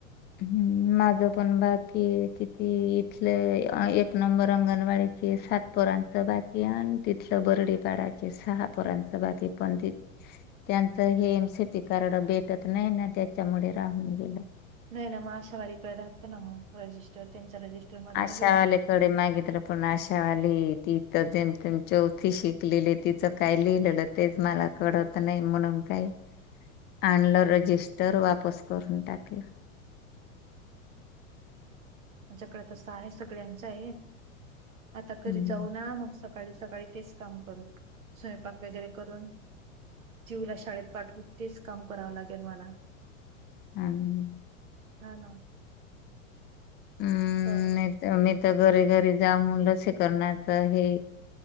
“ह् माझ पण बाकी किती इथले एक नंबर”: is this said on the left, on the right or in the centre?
Left